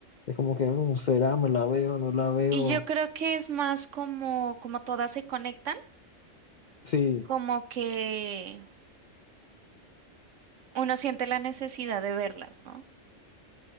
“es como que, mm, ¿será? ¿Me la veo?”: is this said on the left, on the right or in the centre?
Left